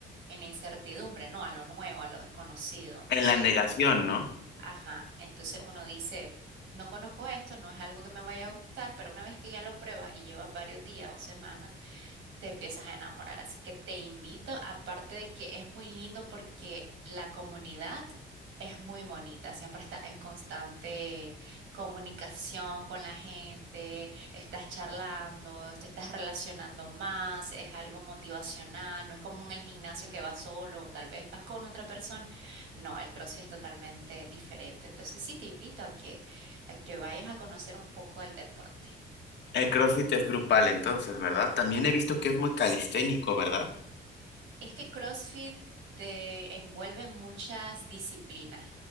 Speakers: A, on the right; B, on the left.
A: en la incertidumbre, ¿no? A lo nuevo, a lo desconocido. Entonces,
B: En la negación, ¿no?
A: Ajá, entonces uno dice, no conozco esto, no es algo que me vaya a gustar, pero una vez que ya lo pruebas y llevas varios días o semanas, te empiezas a enamorar. Así que te invito, aparte de que es muy lindo porque la comunidad es muy bonita, siempre estás en constante comunicación con la gente, estás charlando, te estás relacionando más, es algo motivacional, no es como en el gimnasio que vas solo o tal vez vas con otra persona. No, el CrossFit es totalmente diferente. Entonces sí, te invito a que, a que vayas a conocer un poco del deporte.
B: El CrossFit es grupal, entonces, ¿verdad? También he visto que es muy
A: Sí.
B: calisténico, ¿verdad?
A: Es que CrossFit te envuelve muchas disciplinas,